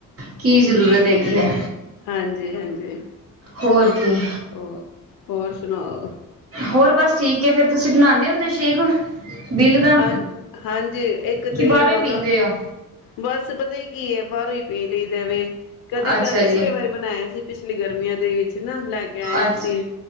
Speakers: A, on the right; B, on the left.
A: ਕੀ ਜਰੂਰਤ ਹੈਗੀ ਹੈ।
B: ਹਾਂਜੀ ਹਾਂਜੀ
A: ਹੋਰ ਕੀ
B: ਹੋਰ ਹੋਰ ਸੁਣਾਓ
A: ਹੋਰ ਬਸ ਠੀਕ ਹੈ। ਫਿਰ ਤੁਸੀਂ ਬਣਾਉਦੇ ਹੁੰਦੇ ਸ਼ੇਕ, ਬਿੱਲ ਦਾ
B: ਹਾਂ ਹਾਂਜੀ। ਇੱਕ
A: ਕਿ
B: ਤੇ
A: ਬਾਹਰੋਂ
B: ਹੁਣ,
A: ਹੀ ਪੀਂਦੇ ਹੋ
B: ਬਸ ਪਤਾ ਕੀ ਹੈ। ਬਾਹਰੋਂ ਹੀ ਪੀ ਲਈ <unintelligible> ਵੇ ਕਦੀ
A: ਅੱਛਾ
B: ਮੈਂ,
A: ਜੀ
B: ਪਿਛਲੀ ਵਾਰੀ ਬਣਾਇਆ ਸੀ। ਪਿਛਲੀ ਗਰਮੀਆਂ ਦੇ ਵਿੱਚ ਨਾ ਲੈ ਕੇ ਆਏ
A: ਅੱ
B: ਸੀ